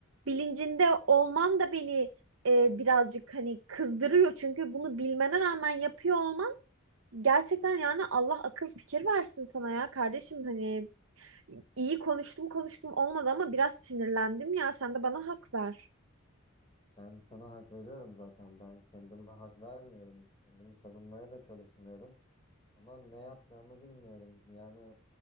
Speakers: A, on the right; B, on the left.
A: Bilincinde olman da beni e, birazcık hani kızdırıyor. Çünkü bunu bilmene rağmen yapıyor olman gerçekten yani Allah akıl fikir versin sana ya kardeşim. Hani iyi konuştum konuştum olmadı ama biraz sinirlendim ya sen de bana hak ver.
B: Ben sana hak veriyorum zaten. Ben kendime hak vermiyorum. Kendimi savunmaya da çalışmıyorum. Ama ne yapacağımı bilmiyorum. Yani